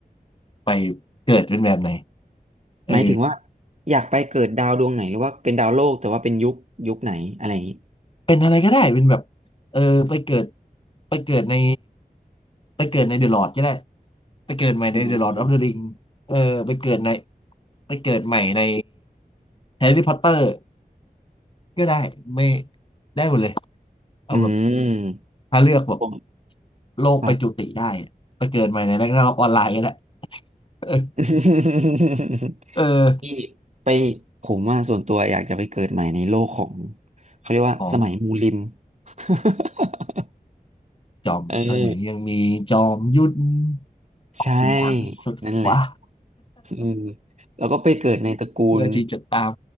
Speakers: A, on the left; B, on the right.
A: ไปเกิดเป็นแบบไหนเออ
B: หมายถึงว่าอยากไปเกิดดาวดวงไหนหรือว่าเป็นดาวโลกแต่ว่าเป็นยุคยุคไหนอะไรอย่างนี้
A: เป็นอะไรก็ได้เป็นแบบเออไปเกิดไปเกิดในไปเกิดในเดอะลอร์ดก็ได้ไปเกิดใหม่ในเดอะลอร์ดออฟเดอะริง
B: อืม
A: เออไปเกิดในไปเกิดใหม่ในแฮร์รี่พอตเตอร์ก็ได้ไม่ได้หมดเลยเอาแบบ
B: อืม
A: ถ้าเลือกแบบ
B: ผม
A: โลกไปจุติได้อะไปเกิดใหม่ในแร็กนาร็อกออนไลน์ก็ได้
B: ครับ
A: <laughs> เออ
B: <laughs>
A: เออ
B: พี่ไปผมว่าส่วนตัวอยากจะไปเกิดใหม่ในโลกของเขาเรียกว่าสมัยมูลิม
A: ของ
B: <laughs>
A: จอมข้างหนึ่งยังมีจอมยุทธ
B: เออ
A: ออกเดินทางไปสุดฟ้า
B: ใช่ นั่นแหละอืมแล้วก็ไปเกิดในตระกูล
A: เพื่อที่จะตาม